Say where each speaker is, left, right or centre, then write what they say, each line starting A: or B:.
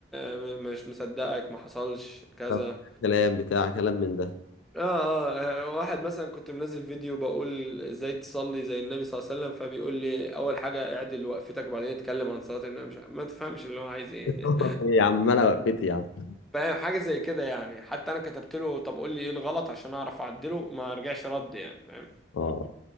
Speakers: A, in the centre; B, on the left.
A: آه، م- مش مصدقك ما حصلش كذا
B: طب كلام بتاع كلام من ده
A: آه, اه آه، واحد مثلا كنت منزل فيديو بقول ازاي تصلي زي النبي صلى الله عليه وسلم فبيقول لي اول حاجة اعدل وقفتك وبعدين اتكلم عن صلاة النبي مش ع- ما تفهمش اللي هو عايز ايه
B: <laughs> ايه يا عم انا وقفت يا عم
A: <laughs> فاهم حاجة زي كده يعني حتى انا كتبت له طب قول لي ايه الغلط عشان اعرف اعدله ما رجعش رد يعني فاهم
B: اه